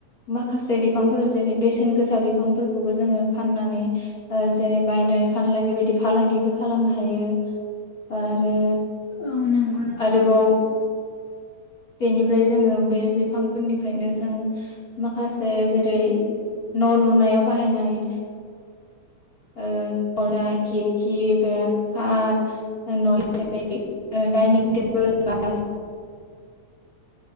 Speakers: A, on the left (about 35°); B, on the left (about 75°).
A: माखासे बिफांफोर जेरै बेसेन गोसा बिफांफोरखौबो जोङो फाननानै जेरै बायलाय फानलाय बेबायदि फालांगिबो खालामनो हायो आरो
B: औ नंगौ नोंथां
A: आरोबाव बेनिफ्राय जोङो बे बिफांफोरनिफ्रायनो जों माखासे जेरै न' लुनायाव बाहायनाय दरा खिरखि बेखार <unintelligible> डाइनिं टेबोल बा